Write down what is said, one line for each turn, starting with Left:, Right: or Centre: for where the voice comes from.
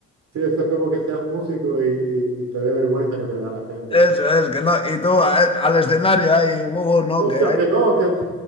Right: Sí, eso es como que seas músico y, y- y te dé vergüenza que te vea la gente.
Left: Eso es, que no. Y tú eh, al escenario ahí, huevos, no,
Right: Hostia,
Left: que hay.
Right: que no, que no.